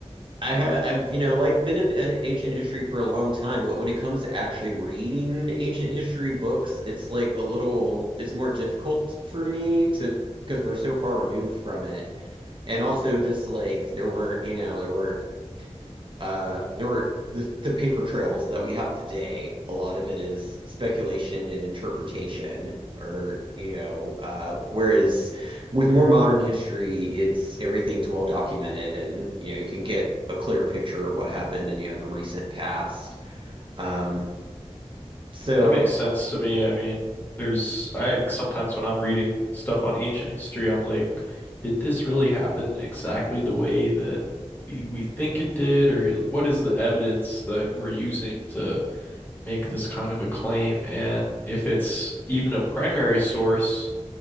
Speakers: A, on the right; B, on the left.
A: I have I've you know like been in uh, ancient history for a long time but when it comes to actually reading ancient history books it's like a little it's more difficult for me to because we're so far removed from it and also just like there weren't, you know, there weren't uh there weren't the, the paper trails that we have today. A lot of it is speculation and interpretation or, you know, uh whereas with more modern history, it's everything's well documented and, you know, you can get a clear picture of what happened in, you know, the recent past. Um so
B: That makes sense to me. I mean, there's I sometimes when I'm reading stuff on ancient history, I'm like, did this really happen exactly the way that we we think it did, or what is the evidence that we're using to make this kind of a claim? And if it's even a primary source,